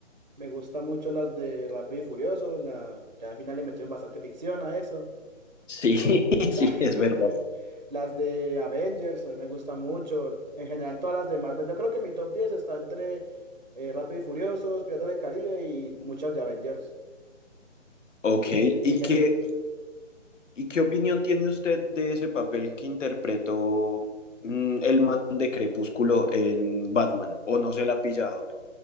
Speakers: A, on the right; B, on the left.
A: Me gustan mucho las de Rápido y Furioso. La, ya al final le metieron bastante ficción a eso.
B: Sí, <laughs>
A: La-
B: sí,
A: <laughs>
B: es verdad.
A: las de Avengers a mí me gustan mucho. En general, todas las de Marvel. Yo creo que mi top 10 está entre eh, Rápido y Furiosos, Piratas del Caribe y muchas de Avengers
B: Ok,
A: en,
B: ¿y
A: en general.
B: qué, ¿Y qué opinión tiene usted de ese papel que interpretó mm, el man de Crepúsculo en Batman? ¿O no se la ha pillado?